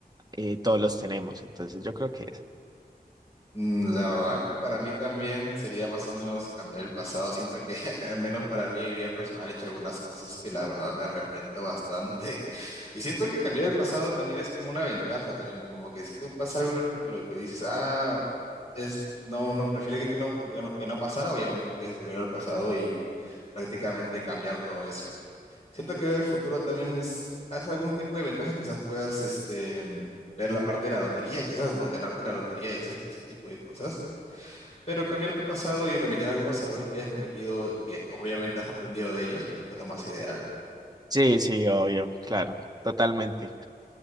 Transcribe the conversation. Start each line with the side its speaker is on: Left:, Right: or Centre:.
Right: eh, todos los tenemos. Entonces, yo creo que es.
Left: Mm, La verdad que para mí también sería más o menos cambiar el pasado. Siento que <laughs> al menos para mí, mi vida personal, he hecho algunas cosas que la verdad me arrepiento bastante. <laughs> Y siento que cambiar el pasado también es como una ventaja también, como que si tú pasa algo en el futuro que dices, ah, es, no, no, prefiero que, que no, que no, que no pasara, obviamente puedes volver al pasado y prácticamente cambiar todo eso, ¿no? Siento que ver el futuro también es, es algún tipo de ventaja, quizás puedas, este ver la parte de la lotería, quizás, ¿no? Ganarte la lotería y ese, y ese tipo de cosas. Pero cambiar tu pasado y remediar algunos errores que hayas cometido, que obviamente has aprendido de ellos, creo que es lo más ideal, ¿no?
Right: Sí, sí, obvio, claro, totalmente.